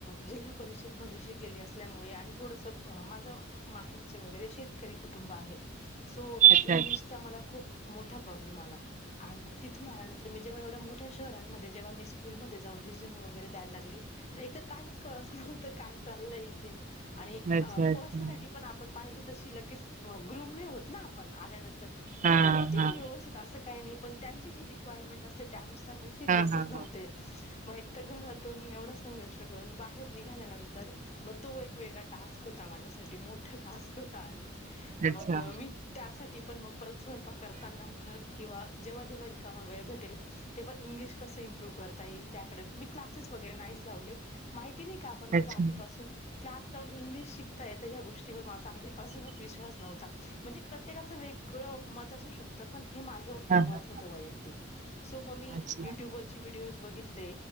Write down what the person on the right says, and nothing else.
अच्छा
अच्छा अच्छा
हा
हा
अच्छा अच्छा हा हा हा हा
हा
अच्छा
अच्छा
हा
हा
अच्छा